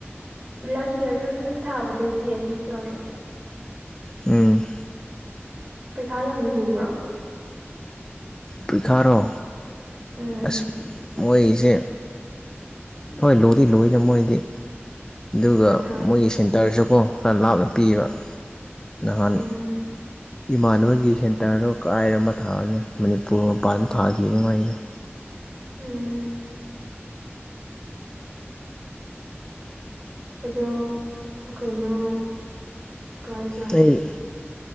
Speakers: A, on the right (about 30°); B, on the left (about 15°).
A: ꯂꯥꯁ ꯌꯥꯔꯗ ꯅꯪꯅ ꯊꯥꯕꯗꯣ <unintelligible> ꯌꯥꯎꯗꯔꯣ
B: ꯎꯝ
A: ꯄꯩꯈꯥ ꯌꯥꯝ ꯂꯨꯕ꯭ꯔꯣ
B: ꯄꯤꯈꯥꯔꯣ
A: ꯎꯝ
B: ꯑꯁ ꯃꯣꯏꯒꯤꯁꯦ ꯍꯣꯏ ꯂꯨꯏꯗꯤ ꯂꯨꯏꯗꯥ ꯃꯣꯏꯗꯤ ꯑꯗꯨꯒꯥ
A: ꯑꯥ
B: ꯃꯣꯏꯒꯤ ꯁꯦꯟ ꯇꯔꯥꯁꯨꯀꯣ ꯈꯔꯥ ꯂꯥꯞꯅ ꯄꯤꯕ ꯅꯍꯥꯟ
A: ꯎꯝ
B: ꯏꯃꯥꯟꯅꯕꯒꯤ ꯁꯦꯟꯇꯔꯗꯣ ꯀꯥꯏꯗꯅꯣ ꯑꯃꯥ ꯊꯥꯕꯅꯦ ꯃꯅꯤꯄꯨꯔ ꯃꯄꯥꯟꯗ ꯊꯥꯈꯤꯕꯅꯦ ꯃꯥꯒꯤꯗꯣ
A: ꯎꯝ ꯑꯗꯣ ꯀꯩꯅꯣ ꯀꯥꯏꯖꯨꯋꯥ
B: ꯑꯩ